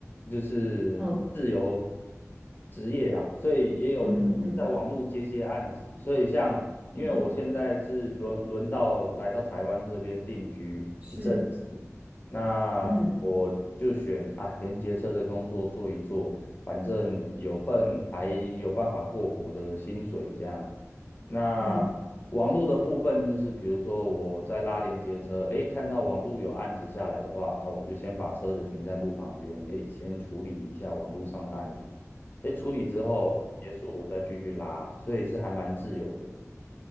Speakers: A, on the left; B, on the right.
A: 就是自由
B: 嗯
A: 职业啦，所以也有在网络接些案子。
B: 嗯嗯嗯
A: 所以像，因为我现在是轮轮到来到台湾这边定居一阵子，
B: 嗯哼，是，
A: 那我就选啊连接车的工作做一做，
B: 嗯
A: 反正有份还有办法过活的薪水这样。那网络的部分就是，
B: 嗯，
A: 比如说我在拉连接车，诶，看到网络有案子下来的话，啊，我就先把车子停在路旁边，诶，先处理一下网络上的案子，诶，处理之后结束，我再继续拉，所以是还蛮自由的。